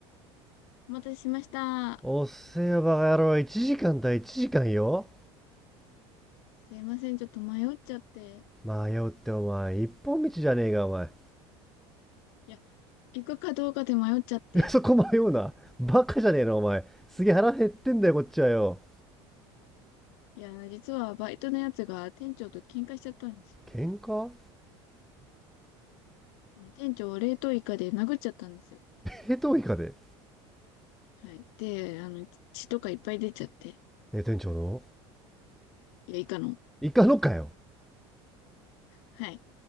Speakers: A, on the left; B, in the centre.
A: お待たせしました。
B: おっせえよ、バカ野郎。1時間だ、1時間よ。
A: すいません、ちょっと迷っちゃって。
B: 迷うってお前、一本道じゃねえか、お前。
A: いや、行くかどうかで迷っちゃって。
B: <laughs> そこ迷うな。バカじゃねえの、お前。すげえ腹減ってんだよ、こっちはよ。
A: いや、実はバイトのやつが店長と喧嘩しちゃったんですよ。
B: 喧嘩
A: あの店長を冷凍イカで殴っちゃったんですよ。
B: 冷凍イカで、
A: はい。で、あの、血とかいっぱい出ちゃって。
B: え店長の
A: いや、イカの。
B: イカのかよ
A: はい。